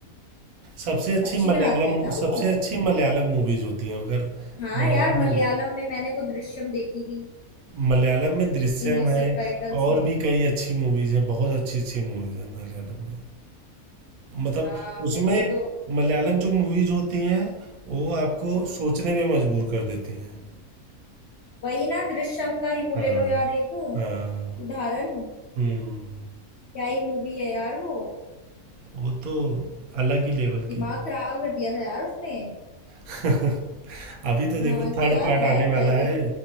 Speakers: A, on the right; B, on the left.
A: सबसे अच्छी
B: अच्छी
A: मलयालम
B: बनाते हैं ना वो
A: सबसे अच्छी मलयालम मूवीज होती हैं अगर
B: हाँ
A: मलयालम
B: यार मलयालम
A: मूवी
B: में मैंने वो दृश्यम देखी थी
A: मलयालम में दृश्यम
B: इंग्लिश
A: है
B: सबटाइटल्स
A: और
B: में
A: भी कई अच्छी मूवीज हैं बहुत अच्छी अच्छी मूवीज हैं मलयालम में मतलब
B: हाँ मेरे
A: उसमें
B: को तो
A: मलयालम जो मूवीज होती हैं वो आपको
B: हम्म,
A: सोचने पे मजबूर कर देती हैं
B: वही ना दृश्यम का ही वो
A: हाँ
B: ले लो यार एक
A: हाँ
B: उदाहरण
A: हम्म
B: क्या ही मूवी है यार वो
A: वो तो अलग ही लेवल
B: दिमाग
A: की है
B: खराब कर दिया था यार उसने
A: <laughs> अभी तो देखो
B: हाँ कि
A: थर्ड
B: यार
A: पार्ट
B: है
A: आने
B: क्या
A: वाला
B: ये
A: है